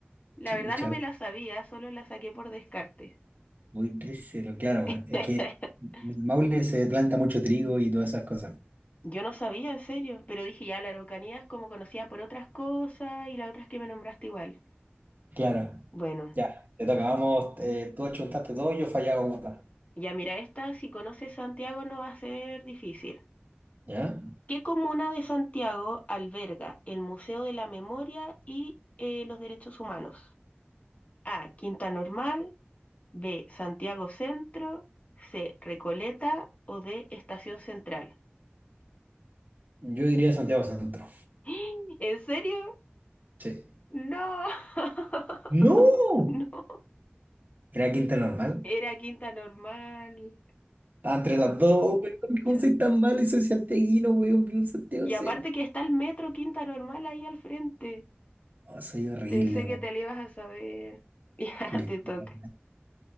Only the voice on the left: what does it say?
La
verdad no me la sabía, solo la saqué por descarte.
<laughs>
Yo no sabía, en serio, pero dije ya, la Araucanía es como conocida por otras cosas y las otras que me nombraste igual.
Bueno,
ya mira, esta, si conoces Santiago no va a ser difícil.
¿Qué comuna de Santiago alberga el Museo de la Memoria y eh, los Derechos Humanos? A. Quinta Normal. B. Santiago Centro. C. Recoleta. O D. Estación Central.
<gasps> ¿En serio?
No. <laughs>
No.
Era Quinta Normal.
Pucha.
Y
aparte que está el metro Quinta Normal ahí al frente.
Pensé
que te lo ibas a saber. <laughs> Ya,
te toca.